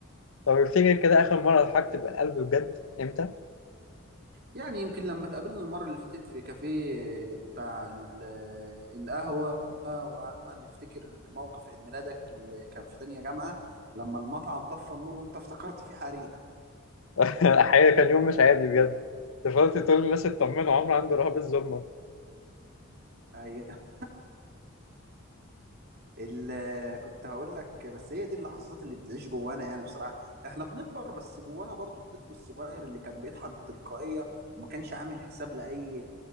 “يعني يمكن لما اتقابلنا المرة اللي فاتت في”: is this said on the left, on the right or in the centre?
Right